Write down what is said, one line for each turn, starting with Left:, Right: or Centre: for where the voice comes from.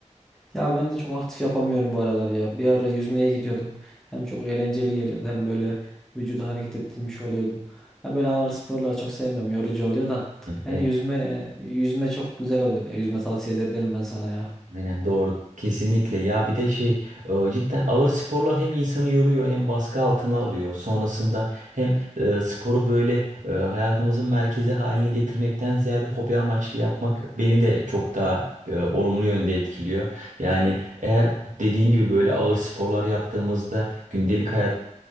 Centre: Ya ben de çok aktif yapamıyorum bu aralar ya. Bir ara yüzmeye gidiyordum. Hem çok eğlenceli geliyordu hem böyle vücudu hareket ettirmiş oluyordum. Ya böyle ağır sporları çok sevmiyorum. Yorucu oluyor da. Yani
Right: Evet.
Centre: yüzme e, yüzme çok güzel oluyordu. Ya yüzme tavsiye edebilirim ben sana ya.
Right: Aynen doğru. Kesinlikle ya bir de şey e, cidden ağır sporlar hem insanı yoruyor hem baskı altına alıyor. Sonrasında hem e, sporu böyle e, hayatımızın merkezi haline getirmekten ziyade hobi amaçlı yapmak beni de çok daha e, olumlu yönde etkiliyor. Yani eğer dediğin gibi böyle ağır sporlar yaptığımızda gündelik hayat